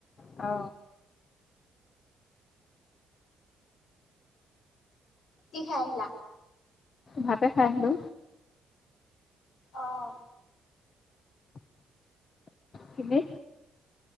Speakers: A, on the left (about 45°); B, on the left (about 65°).
A: অ
B: কি খাইলা
A: ভাতে খাই আহিলো
B: অ'
A: কিনে